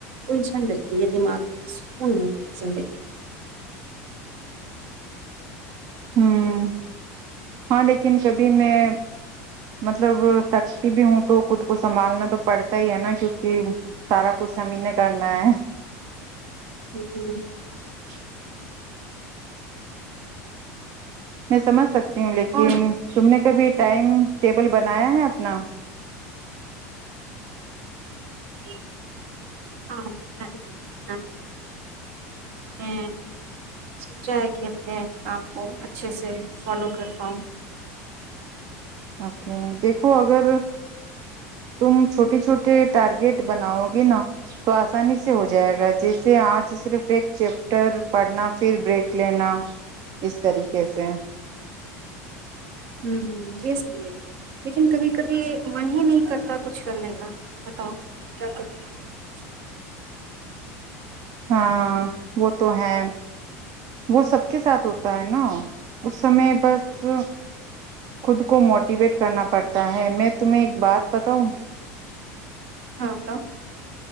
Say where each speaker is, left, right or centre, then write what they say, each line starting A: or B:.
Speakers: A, on the right; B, on the right.
A: الجھن رہتی ہے دماغ میں سکون نہیں زندگی
B: ہوں ہاں لیکن کبھی میں مطلب تھکتی بھی ہوں تو خود کو سنبھالنا تو پڑتا ہی ہے نا کیونک سارا کچھ ہمیں نے کرنا ہے
A: ہ ہ <inaudible>
B: ج <inaudible> میں سمج سکوں وں لیکن
A: اور
B: سننے <unintelligible> کبھی ٹائم ٹیبل بنایا ہے اپنا
A: ہاں <inaudible> میں سوچا ہے کہ اپنے کام کو اچھے سے فالو کر پاؤں
B: اوکے دیکھو اگر تم چھوٹی چھوٹی تھ ارگٹ بناؤ گے نا <unintelligible> تو آسانی سے ہو جائے جائے گا جیسے آج صرف ایک چیپٹر پڑھنا پھر بریک لینا اس طریقے سے
A: ہ ہ یہ صحی ہے لیکن کبھی کبھی من ہی نہیں کرتا کچھ کرنے کا بتاؤ کیا کرو
B: ہاں وہ تو ہے وہ سب کے ساتھ ہوتا ہے نا اس سمے بس خود کو موٹیویٹ کرنا پڑتا ہے میں تمہیں ایک بات بتاؤں
A: ہاںتا <inaudible>